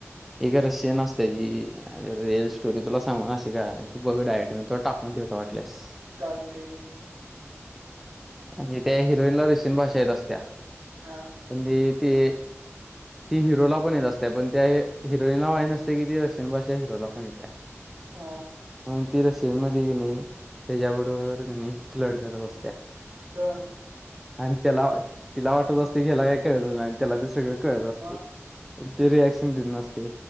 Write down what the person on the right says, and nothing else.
चारदे
हा
हम्
हा
हा
मग?